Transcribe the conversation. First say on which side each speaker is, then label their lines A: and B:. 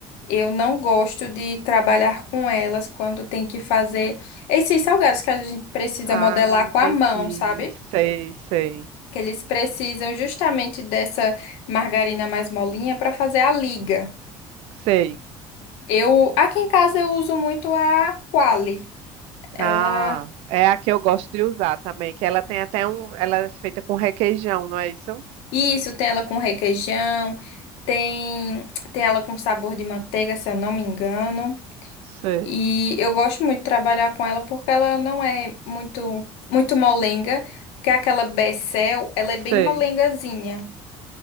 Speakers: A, on the left; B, on the right.
A: Eu não gosto de trabalhar com elas quando tem que fazer esses salgados que a gente precisa
B: Ah,
A: modelar
B: entendi.
A: com a mão, sabe?
B: Sei, sei.
A: que eles precisam justamente dessa margarina mais molinha para fazer a liga.
B: Sei.
A: Eu, aqui em casa eu uso muito a Qualy. Ela,
B: Ah, é a que eu gosto de usar também, que ela tem até um, ela é feita com requeijão, não é isso?
A: isso, tem ela com requeijão, tem tem ela com sabor de manteiga, se eu não me engano.
B: Sei,
A: E eu gosto muito de trabalhar com ela porque ela não é muito muito molenga, que aquela Becel, ela é bem
B: sei.
A: molengazinha.